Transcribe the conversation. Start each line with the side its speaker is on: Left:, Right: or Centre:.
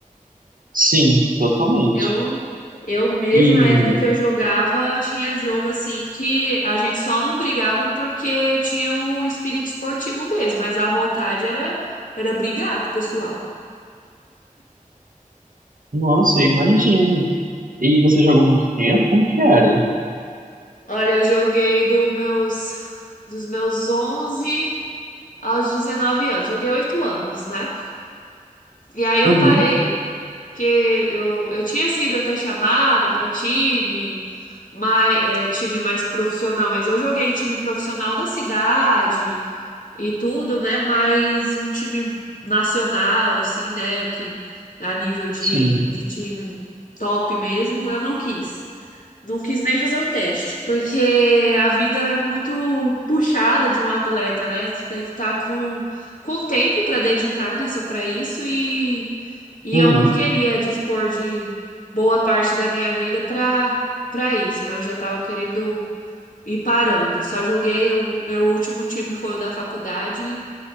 Right: Sim, totalmente.
Left: Eu, eu mesma,
Right: E,
Left: na época que eu jogava, tinha jogo assim que a gente só não brigava porque tinha o espírito esportivo mesmo, mas a vontade era, era brigar com o pessoal.
Right: nossa, eu imagino. E você jogou muito tempo? Como que era?
Left: Olha, eu joguei dos meus, dos meus 11 aos 19 anos, joguei 8 anos, né? E aí eu
Right: Uhum,
Left: parei, que eu, eu tinha sido até chamada para time, mais, é, time mais profissional, mas eu joguei em time profissional da cidade e tudo, né? Mas um time nacional, assim, né? Que a nível de,
Right: sim.
Left: de time top mesmo, eu não quis. Não quis nem fazer o teste, porque a vida é muito puxada de um atleta, né? Você tem que estar com, com tempo para dedicar, né? Só para isso e e
Right: Uhum.
Left: eu não queria dispor de boa parte da minha vida para para isso, né? Eu já estava querendo ir parando. Só joguei, o meu último time foi o da faculdade